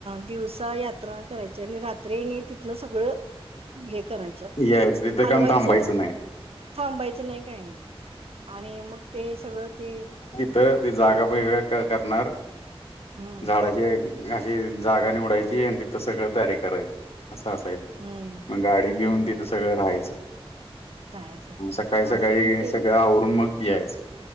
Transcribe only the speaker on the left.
यायचं तिथं
काम थांबायचं नाही
तर ते जागा वग करणार
झाडाचे अशी जागा निवडायची आणि तिथं सगळं तयारी करायची असं असायचं.
मग गाडी घेऊन
तिथं सगळं राहायचं
सकाळी सकाळी
सगळं आवरून मग यायच.